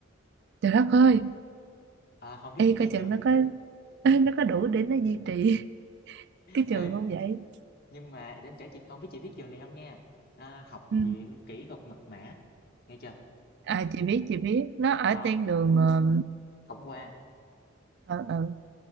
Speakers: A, on the right (about 60°); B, on the left (about 50°).
A: trời đất ơi
B: à, không biết
A: y
B: chị nghe
A: coi
B: chưa
A: chừng nó có <laughs> nó có đủ để nó duy trì <laughs> cái
B: Ê,
A: trường không vậy
B: Nhưng mà để em kể chị, không biết chị biết trường này không nha, a, Học viện
A: ừ
B: Kỹ thuật Mật mã, nghe chưa?
A: À, chị biết chị biết nó ở
B: Đó,
A: tên đường ờ,
B: tổng quan,
A: ở ở